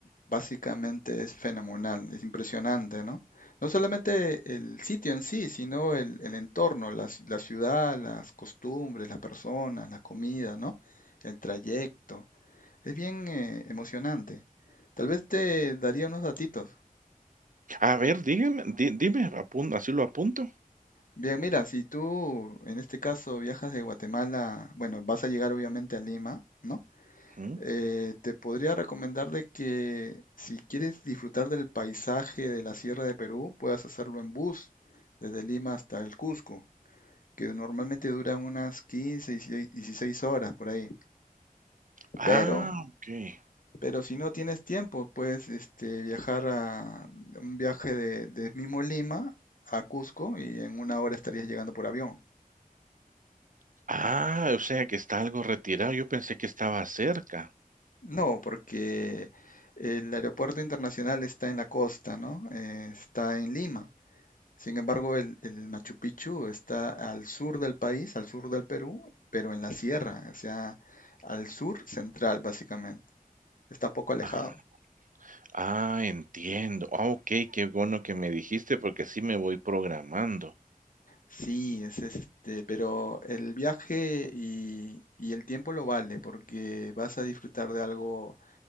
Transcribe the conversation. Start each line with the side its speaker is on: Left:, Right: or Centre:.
Left: básicamente es fenomenal, es impresionante, ¿no? No solamente el sitio en sí, sino el, el entorno, la, ci- la ciudad, las costumbres, las personas, la comida, ¿no? El trayecto. Es bien eh, emocionante. Tal vez te daría unos datitos.
Right: A ver, dígame, di dime, apun así lo apunto.
Left: Bien, mira, si tú en este caso viajas de Guatemala, bueno, vas a llegar obviamente a Lima, ¿no?
Right: Ujú.
Left: Eh, te podría recomendar de que si quieres disfrutar del paisaje de la Sierra de Perú, puedas hacerlo en bus desde Lima hasta el Cusco, que normalmente duran unas 15, 16 16 horas por ahí.
Right: Ah,
Left: Pero,
Right: okey.
Left: pero si no tienes tiempo, puedes este, viajar a un viaje de, de mismo Lima a Cusco y en una hora estarías llegando por avión.
Right: Ah, o sea que está algo retirado. Yo pensé que estaba cerca.
Left: No, porque el aeropuerto internacional está en la costa, ¿no? Eh, está en Lima. Sin embargo, el, el Machu Picchu está al sur del país, al sur del Perú, pero en la sierra, o sea, al sur central, básicamente. Está un poco alejado.
Right: Ah, ah, entiendo. Ah, ok, qué bueno que me dijiste porque así me voy programando.
Left: Sí, es este, pero el viaje y, y el tiempo lo vale, porque vas a disfrutar de algo